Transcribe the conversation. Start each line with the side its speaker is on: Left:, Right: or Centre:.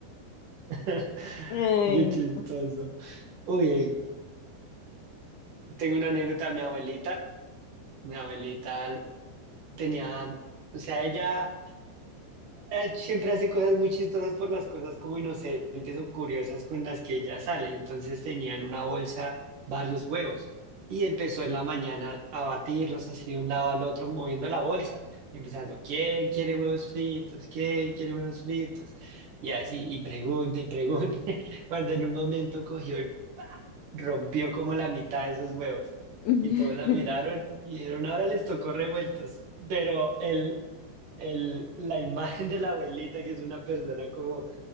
Right: <laughs>
Left: Ay,
Right: Qué
Left: no.
Right: chistoso. Uy, tengo una anécdota. Mi abuelita, mi abuelita tenía, o sea, ella Ella siempre hace cosas muy chistosas por las cosas como inocentes o curiosas con las que ella sale. Entonces tenía en una bolsa varios huevos y empezó en la mañana a batirlos así de un lado al otro moviendo la bolsa y empezando, ¿quién quiere huevos fritos? ¿Quién quiere huevos fritos? Y así, y pregunta y pregunta, <laughs> cuando en un momento cogió y rompió como la mitad de esos huevos.
Left: <laughs>
Right: Y todos la miraron y dijeron, ahora les tocó revueltos. Pero él el, la imagen de la abuelita, que es una persona como